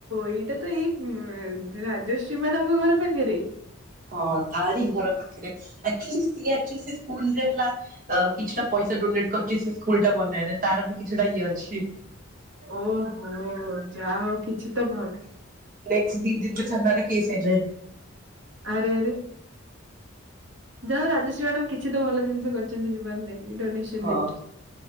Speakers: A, on the right; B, on the right.
A: ଏଇଟା ତ ଏଇ ଉଁ- ରାଜଶ୍ରୀ ମ୍ୟାଡାମଙ୍କ ଘର ପାଖେରେ।
B: ହଁ ତାରି ଘର ପାଖେରେ ଆକ୍ଚୁଲି ସିଏ ଆକ୍ଚୁଲି ସିଏ ସ୍କୁଲ୍ ରେ ହେଲା ଅ- କିଛିଟା ପଇସା ଡୋନେଟ୍ କରିଚି ସେ ସ୍କୁଲ୍ ଟା ବନେଇବାରେ ତାର ବି କିଛିଟା ଇଏ ଅଛି।
A: ଓହୋ ଯାହା ହଉ କିଛି ତ ଭଲ୍
B: ନେକ୍ସଟ୍ ଦି ଦିନ ରେ ଥାନାରେ କେସ୍ ହେଇଯାଏ।
A: ଆରେ ଆରେ। ଯା ହଉ ରାଜଶ୍ରୀ ମ୍ୟାଡାମ୍ କିଛି ତ ଭଲ ଜିନିଷ କରିଚନ୍ତି ଜୀବନ ରେ ଏ ଡୋନେସନ୍
B: ହଁ